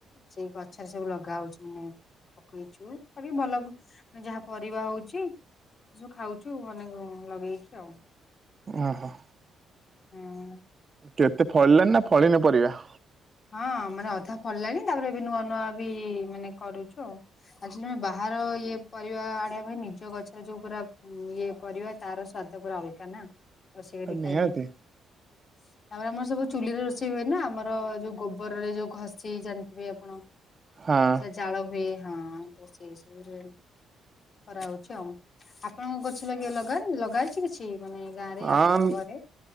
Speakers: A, on the left; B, on the right.
A: ସେଇ ପଛରେ ସବୁ ଲଗା ହଉଛି ମାନେ ପକେଇଛୁ ଭଲାନ ଯାହା ପରିବା ହଉଛି। ସବୁ ଖାଉଛୁ ମାନେ ଲଗେଇକି ଆଉ।
B: ଓହୋ।
A: ହୁଁ
B: କେତେ ଫଳିଲାଣି ନା ଫଳିନି ପରିବା?
A: ହଁ ମାନେ ଅଧା ଫଳିଲାଣି ତାପରେ ଏବେ ନୂଆ ନୂଆ ବି ମାନେ କରୁଛୁ ଆଉ। ଆଚୁଲି ଆମେ ବାହାର ଇଏ ପରିବା ଆଣିବା ପାଇଁ ନିଜ ଗଛର ଯୋଉ ପୁରା ହୁଁ ଇଏ ପରିବା ତାର ସ୍ଵାଦ ପୁରା ଅଲଗା ନା। ରୋଷେଇ କରିି
B: ନିହାତି
A: ଖାଇଲେ ତାପରେ ଆମର ସବୁ ଚୁଲିରେ ରୋଷେଇ ହୁଏ ନା ଆମର ଯୋଉ ଗୋବରରେ ଯୋଉ ଘଷି ଜାଣିଥିବେ ଆପଣ।
B: ହଁ।
A: ସେ ଜାଳ ହୁଏ ହଁ ତ ସେଇ ସବୁରେ କରା ହୋଉଛି ଆଉ ଆପଣଙ୍କ ଗଛ ଲାଗେ ଲଗା <unintelligible> ଲଗା ହେଇଛି କିଛି ମାନେ ଗାଁ ରେ ଆପଣଙ୍କ
B: ଆମ୍
A: ଘରେ